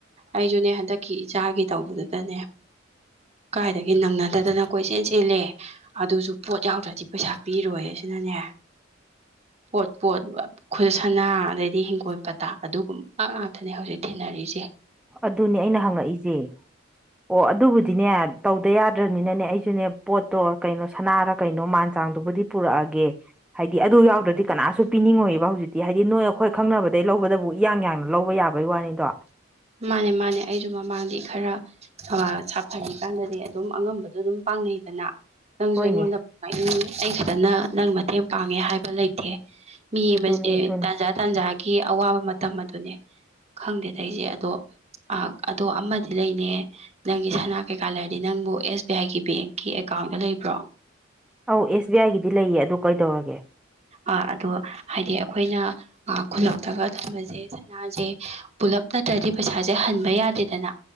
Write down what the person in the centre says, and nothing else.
<inaudible>
ꯑꯗꯨꯅꯦ ꯑꯩꯅ ꯍꯪꯉꯛꯏꯖꯦ ꯑꯣ ꯑꯗꯨꯕꯨꯗꯤꯅꯦ ꯇꯧꯗ ꯌꯥꯗ꯭ꯔꯝꯅꯤꯅꯅꯦ ꯑꯩꯖꯨꯅꯦ ꯄꯣꯠꯇꯣ ꯀꯩꯅꯣ ꯁꯅꯥꯔ ꯀꯩꯅꯣ ꯃꯥꯟ ꯆꯥꯡꯗꯨꯕꯨꯗꯤ ꯄꯨꯔꯛꯑꯒꯦ ꯍꯥꯏꯗꯤ ꯑꯗꯨ ꯌꯥꯎꯗ꯭ꯔꯗꯤ ꯀꯅꯥꯁꯨ ꯄꯤꯅꯤꯡꯉꯣꯏꯑꯕ ꯍꯧꯖꯤꯛꯇꯤ ꯍꯥꯏꯗꯤ ꯅꯣꯏ ꯑꯩꯈꯣꯏ ꯈꯪꯅꯕꯗꯩ ꯂꯧꯕꯗꯕꯨ ꯏꯌꯥꯡ ꯌꯥꯡꯅ ꯂꯧꯕ ꯌꯥꯕꯩ ꯋꯥꯅꯤꯗꯣ
ꯍꯣꯏꯅꯦ
ꯑꯗꯨꯅꯤ
ꯑꯗꯨꯅꯤ
ꯑꯧ ꯑꯦꯁ ꯕꯤ ꯑꯥꯏꯒꯤꯗꯤ ꯂꯩꯌꯦ ꯑꯗꯨ ꯀꯩꯗꯧꯔꯒꯦ